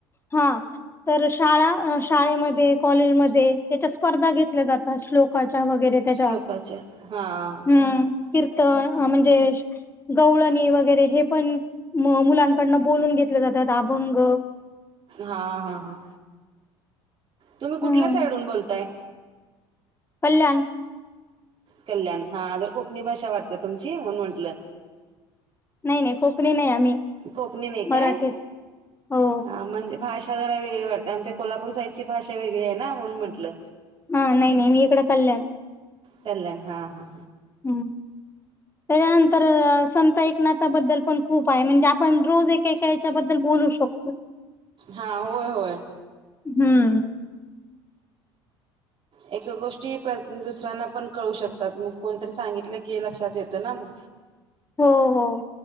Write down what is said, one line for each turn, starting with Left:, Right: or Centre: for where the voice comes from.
Left: हां तर शाळा अं शाळेमध्ये कॉलेजमध्ये याच्या स्पर्धा घेतल्या जातात. श्लोकाच्या वगैरे त्याच्या
Right: श्लोकाच्या हा
Left: हम्म कीर्तन अ म्हणजे गवळणी वगैरे हे पण मुलांकडन बोलून घेतले जातात‌ आभंग
Right: हा हा हा तुम्ही कुठल्या
Left: हम्म
Right: साईडहुन बोलताय.
Left: कल्याण.
Right: कल्याण, हा जरा कोकणी भाषा वाटते तुमची म्हणून म्हंटल.
Left: नायी नायी कोकणी नायी आम्ही.
Right: कोकणी नायी
Left: मराठीच
Right: काय?
Left: हो
Right: हां म्हणजे भाष षा जरा वेगळी वाटते. आमच्या कोल्हापूर साईडची भाषा वेगळी आहेना म्हणून म्हंटल.
Left: ह नाही नाही मी इकडं कल्याण
Right: कल्याण हां हां
Left: ह. त्यजे नंतर अ संत एकनाथाबद्दल पण खूप आहे म्हणजे आपण रोज एक एक त्याच्याबद्दल बोलू शकतो.
Right: हा होय होय.
Left: हम.
Right: एक गोष्टी प्र दुसऱ्यांना पण कळू शकतात मग कोणतरी सांगितलं की लक्षात येत ना मग.
Left: हो हो